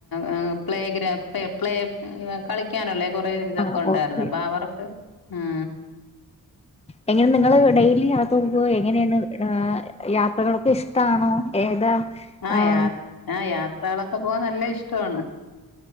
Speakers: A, on the left; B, on the left.
A: ഏഹ് പ്ലേ ഗ്രാപ്പേ പ്ലേ ഏഹ് കളിക്ക്യാനുള്ളെ കൊറേ ഇതൊക്കെ
B: ആ
A: ഒണ്ടാരുന്നു
B: ഓക്കെ
A: അപ്പൊ അവർക്ക് ഉം
B: എങ്ങനെ നിങ്ങള് ഡെയിലി അതും പോയി എങ്ങനേണ് ആഹ് യാത്രക്കളൊക്കെ ഇഷ്ടാണോ ഏതാ
A: ആഹ്
B: ആം
A: യാ ആഹ് യാത്രകളൊക്കെ പോവാൻ നല്ല ഇഷ്ടവാണ്